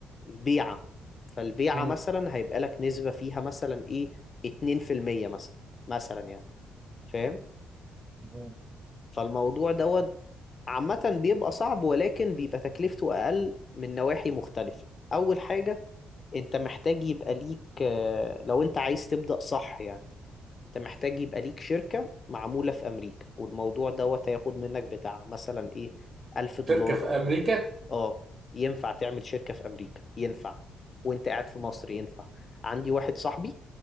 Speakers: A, on the left; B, on the right.
A: البيعه فالبيعه
B: مم.
A: مثلا هيبقى لك نسبه فيها مثلا ايه 2% مثلا مثلا يعني فاهم
B: مم.
A: فالموضوع دوت عامة بيبقى صعب ولكن بيبقى تكلفته أقل من نواحي مختلفة أول حاجة أنت محتاج يبقى ليك آه، لو أنت عايز تبدأ صح يعني أنت محتاج يبقى ليك شركة معمولة في أمريكا والموضوع دوت هياخد منك بتاع مثلا إيه ألف دولار
B: شركه في
A: ولا
B: امريكا
A: آه ينفع تعمل شركة في أمريكا ينفع وأنت قاعد في مصر ينفع عندي واحد صاحبي